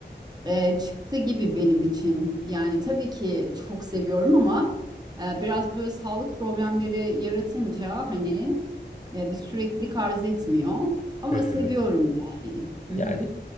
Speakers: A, on the right (about 20°); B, on the left (about 40°).
A: e, çıktı gibi benim için. Yani tabii ki çok seviyorum ama e, biraz böyle sağlık problemleri yaratınca hani e, bir süreklilik arz etmiyor. Ama
B: Hı hı.
A: seviyorum yani. Hı
B: Yani
A: hı.